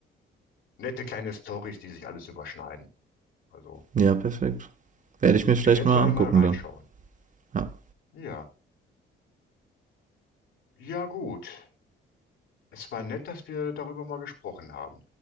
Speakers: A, on the left; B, on the right.
A: nette kleine Storys, die sich alles überschneiden. Also
B: Ja, perfekt. Werde ich mir vielleicht
A: eventuell
B: mal angucken
A: mal reinschauen.
B: dann. Ja.
A: Ja, ja gut. Es war nett, dass wir darüber mal gesprochen haben.